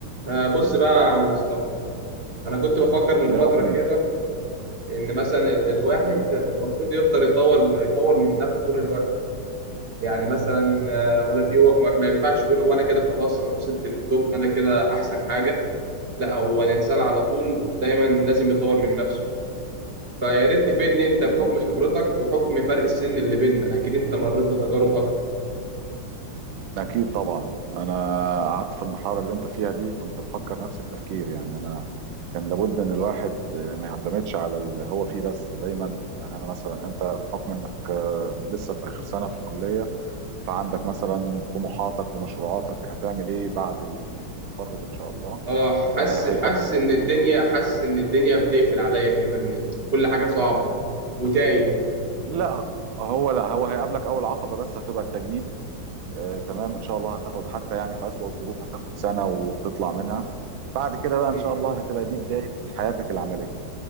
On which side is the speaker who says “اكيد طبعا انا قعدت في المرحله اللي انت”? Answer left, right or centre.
Right